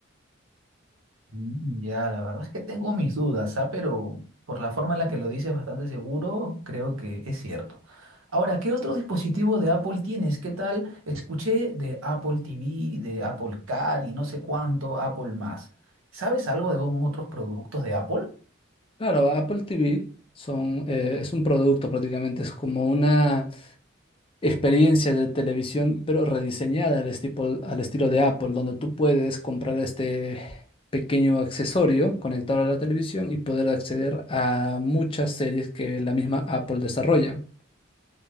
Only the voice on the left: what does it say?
Claro, Apple TV son, eh, es un producto prácticamente, es como una experiencia de televisión, pero rediseñada al estilo, al estilo de Apple, donde tú puedes comprar este pequeño accesorio conectado a la televisión y poder acceder a muchas series que la misma Apple desarrolla.